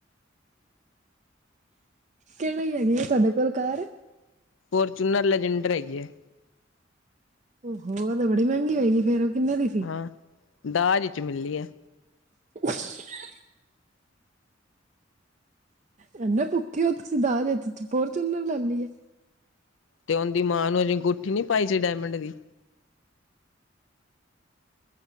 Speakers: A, on the right; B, on the left.
A: ਕਿਹੜ ਹੈਗੀ ਆ ਤੁਹਾਡੇ ਕੋਲ ਕਾਰ?
B: ਫੋਰਚੂਨਰ ਲੈਜੈਂਡਰ ਹੈਗੀ ਏ।
A: ਉਹ-ਉਹੋ, ਤਾਂ ਬੜੀ ਮਹਿੰਗੀ ਹੋਏਗੀ ਫੇਰ? ਕਿੰਨੇ ਦੀ ਸੀ
B: ਹਾਂ ਦਾਜ ਚ ਮਿਲੀ ਹੈ।
A: <unintelligible> ਇਹ ਨੇ ਭੁੱਖੇ ਹੋ ਤੁਸੀਂ? ਦਾਜ਼ ਵਿੱਚ ਫੋਰਚੂਨਰ ਲੈ ਲਈ ਆ।
B: ਤੇ ਉਹਦੀ ਮਾਂ ਨੂੰ ਅਸੀਂ ਅਗੂਂਠੀ ਨੀ ਪਾਈ ਸੀ ਡਾਇਮੰਡ ਦੀ।